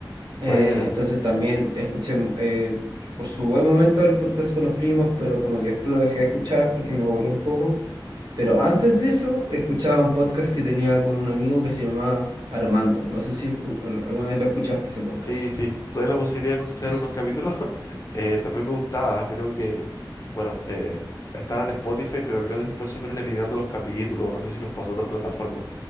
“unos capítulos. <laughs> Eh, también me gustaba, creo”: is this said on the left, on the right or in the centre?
Left